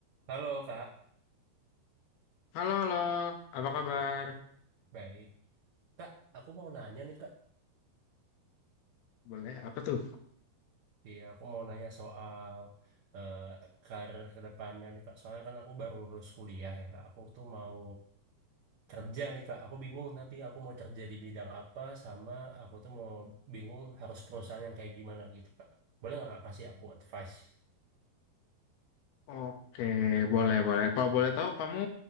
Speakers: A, on the right; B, on the left.
A: Halo Kak,
B: Halo, halo. Apa kabar?
A: Ya, baik. Kak, aku mau nanya nih Kak.
B: Boleh, apa tuh?
A: Iya, aku mau nanya soal eh, karir ke depannya nih Kak. Soalnya kan aku baru lulus kuliah ya Kak. Aku tuh mau kerja nih Kak. Aku bingung tapi aku mau kerja di bidang apa sama aku tuh mau bingung harus perusahaan yang kayak gimana gitu Kak. Boleh nggak Kak kasih aku advice?
B: Oke, boleh, boleh. Kalau boleh tahu, kamu